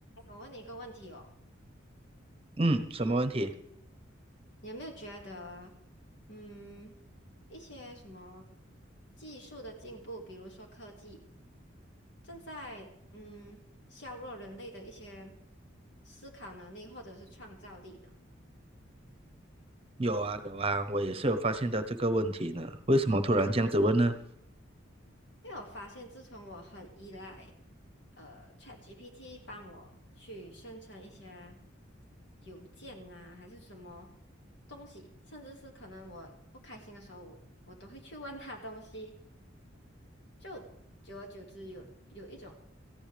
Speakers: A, on the left; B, on the right.
A: 我问你一个问题哦，
B: 嗯，什么问题？
A: 你有没有觉得，嗯，一些什么技术的进步，比如说科技，正在嗯削弱人类的一些思考能力或者是创造力呢？
B: 有啊，有啊，我也是有发现到这个问题呢。为什么突然这样子问呢？
A: 因为我发现，自从我很依赖呃 ChatGPT 帮我去生成一些邮件呐、还是什么东西，甚至是可能我不开心的时候，我我都会去问他东西。就久而久之有有一种